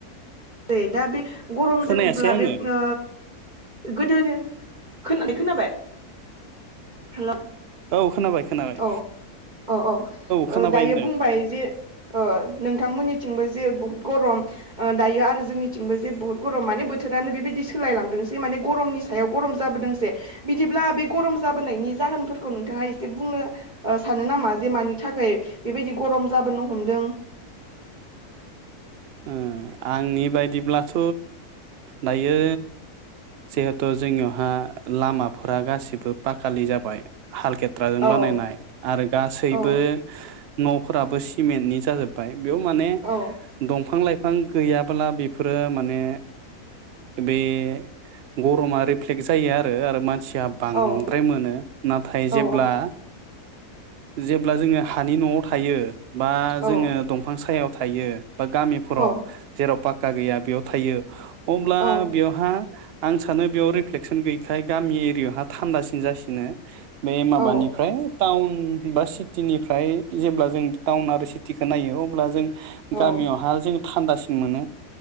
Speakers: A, on the right; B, on the right.
A: दे दा बे गरमदोंब्ला
B: खोनायासै आङो
A: बिब ओ गोदोनि खोना खोनाबाय हेल'
B: औ खोनाबाय खोनाबाय
A: औ औ औ
B: खोनाबाय
A: ओ दायो
B: होनदों
A: बुंबाय जे ओ नोंथांमोननि थिंबो जे बहुत गरम ओ दायो आद जोंनिथिंबो जे बहुत गरम माने बोथोरानो बेबायदि सोलायलांदोंसै माने गरमनि सायाव गरम जाबोदोंसै बिदिब्ला बे गरम जाबोनायनि जाहोनफोरखौ नोंथाङा ए बुंनो ओ सानो नामा जे मानि थाखाय बेबायदि गरम जाबोनो हमदों
B: उम आंनि बायदिब्लाथ' दायो जिहेथु जोंनियावहा लामाफोरा गासिबो पाकालि जाबाय हालखेथ्राजों
A: औ
B: बानायनाय आरो गासैबो
A: औ
B: न' फोराबो सिमेन्टनि जाजोबबाय बेयाव माने
A: औ
B: दंफां लाइफां गैयाब्ला बेफोरो माने बे गरमा रिफ्लेक जा जायो आरो आरो मानसि या बांद्राय
A: औ
B: मोनो नाथाय जेब्ला
A: औ
B: जेब्ला जोङो हानि नआव थायो बा
A: औ
B: जोङो दंफां सायाव थायो। बा गामिफोराव
A: औ
B: जेराव पाथ खा गैया बेयाव थायो। अब्ला
A: औ
B: बेवहा आं सानो बेयाव रिफ्लेकसन गैयिखाय गामि एरियायावहा थान्दासिन जासिनो। बे माबानिफ्राय
A: औ
B: टाउन बा सिटिनि फ्राय जेब्ला जों टाउन आरो सिट थिखो नायो अब्ला जों
A: औ
B: गामियावहा जों थान्दासिन मोनो।